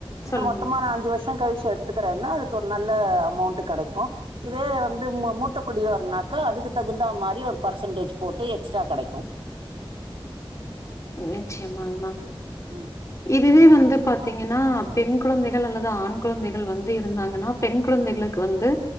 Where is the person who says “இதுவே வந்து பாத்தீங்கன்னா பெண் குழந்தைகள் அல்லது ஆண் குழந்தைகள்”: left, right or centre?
Left